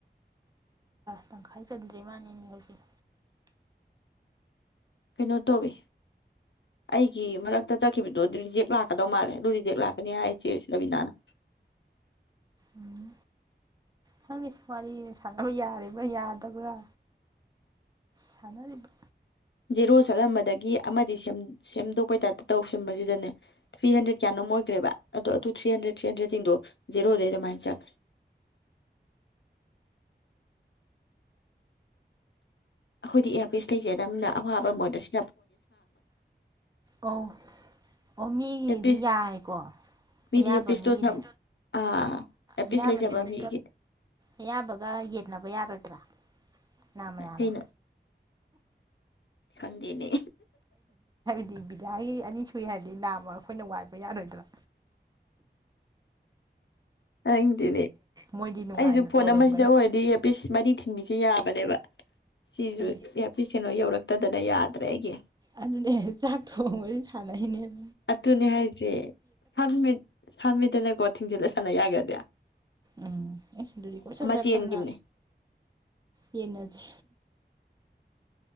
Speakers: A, on the right; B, on the left.
A: ꯇꯪꯈꯥꯏ ꯆꯟꯗ꯭ꯔꯤ ꯃꯥꯜꯅꯤꯅꯦ ꯍꯧꯖꯤꯛ
B: ꯀꯩꯅꯣ ꯇꯧꯋꯤ ꯑꯩꯒꯤ ꯃꯔꯛꯇ ꯇꯠꯈꯤꯕꯗꯣ ꯗꯨ ꯔꯤꯖꯦꯛ ꯂꯥꯛꯀꯗꯧ ꯃꯥꯜꯂꯦ ꯑꯗꯨ ꯔꯤꯖꯦꯛ ꯂꯥꯛꯀꯅꯤ ꯍꯥꯏ ꯆꯦꯔꯕꯤꯅꯥꯅ
A: ꯎꯝ ꯈꯪꯗꯦ ꯋꯥꯔꯤ ꯁꯥꯟꯅꯕ ꯌꯥꯔꯤꯕ꯭ꯔꯥ ꯌꯥꯗꯕ꯭ꯔꯥ ꯁꯥꯅꯔꯤꯕ
B: ꯖꯦꯔꯣ ꯆꯠꯂꯝꯕꯗꯒꯤ ꯑꯃꯗꯤ ꯁꯦꯝ ꯁꯦꯝꯗꯣꯛꯄꯩ ꯇꯥꯏꯞꯇ ꯇꯧ ꯁꯦꯝꯕꯖꯤꯗꯅꯦ ꯊ꯭ꯔꯤ ꯍꯟꯗ꯭ꯔꯦꯠ ꯀꯌꯥꯅꯣꯝ ꯑꯣꯏꯈ꯭ꯔꯦꯕ ꯑꯗꯣ ꯑꯗꯨ ꯊ꯭ꯔꯤ ꯍꯟꯗ꯭ꯔꯦꯗ ꯊ꯭ꯔꯤ ꯍꯟꯗ꯭ꯔꯦꯗꯁꯤꯡꯗꯣ ꯖꯦꯔꯣꯗꯩ ꯑꯗꯨꯃꯥꯏ ꯆꯛ ꯑꯈꯣꯏꯗꯤ ꯏꯌꯥꯥꯔ ꯄꯤꯁ ꯂꯩꯖꯗꯝꯅ ꯑꯋꯥꯕꯝ ꯑꯣꯏꯔ ꯁꯤ
A: ꯑꯣ ꯑꯣ ꯃꯤꯒꯤꯗꯤ
B: ꯏꯌꯥꯔꯄꯤꯁ
A: ꯌꯥꯏꯀꯣ
B: ꯃꯤꯗꯤ
A: ꯑꯌꯥꯕ
B: ꯏꯌꯥꯔꯄꯤꯁꯇꯣ
A: ꯃꯤꯒꯤꯗꯤ
B: ꯊꯝ ꯑꯥ ꯏꯌꯥꯔꯄꯤꯁ
A: ꯑꯌꯥꯕꯗꯨꯗꯤ
B: ꯂꯩꯖꯕ ꯃꯤꯒꯤ
A: ꯑꯌꯥꯕꯒ ꯌꯦꯟꯅꯕ ꯌꯥꯔꯣꯢꯗ꯭ꯔꯥ ꯅꯥꯝꯃ ꯅꯥꯝꯃ
B: ꯀꯩꯅꯣ ꯈꯪꯗꯦꯅꯦ
A: ꯗꯤ ꯕꯤꯗꯥꯏ ꯑꯅꯤ ꯁꯨꯏ ꯍꯥꯏꯗꯤ ꯅꯥꯝꯃ ꯑꯈꯣꯏꯅ ꯋꯥꯏꯕ ꯌꯥꯔꯣꯏꯗꯔꯥ
B: ꯇꯥꯅꯤꯡꯗꯤꯅꯦ
A: ꯃꯣꯏꯗꯤ ꯅꯨꯡꯉꯥꯏꯅ
B: ꯑꯩꯖꯨ ꯐꯣꯟ
A: ꯇꯧꯔꯝꯒꯅꯤ
B: ꯑꯃꯖꯤꯗ ꯑꯣꯏꯔꯗꯤ ꯏꯌꯔꯄꯤꯁ ꯃꯔꯤ ꯊꯤ ꯕꯤꯁꯦ ꯌꯥꯕꯅꯦꯕ ꯁꯤꯖꯨ
A: ꯍꯣꯏ
B: ꯑꯦꯌꯔꯄꯤꯁ ꯀꯩꯅꯣ ꯌꯧꯔꯛ ꯇꯗꯅ ꯌꯥꯗ꯭ꯔꯦ ꯑꯩꯒꯤ
A: ꯑꯗꯨꯅꯦ ꯆꯥꯛ ꯊꯣꯡꯕ ꯁꯥꯟꯅꯩꯅꯦꯠ
B: ꯑꯗꯨꯅꯦ ꯍꯥꯏꯖꯦ ꯐꯝꯃꯤꯠ ꯐꯝꯃꯦꯗꯅꯀꯣ ꯊꯤꯡꯖꯤꯜꯂ ꯁꯥꯟꯅ ꯌꯥꯛ <unintelligible>
A: ꯎꯝ ꯀꯣꯏꯆꯠ ꯆꯠꯇꯅ
B: ꯆꯦꯟꯈꯤꯕꯅꯦ
A: ꯌꯦꯟꯅꯖꯤ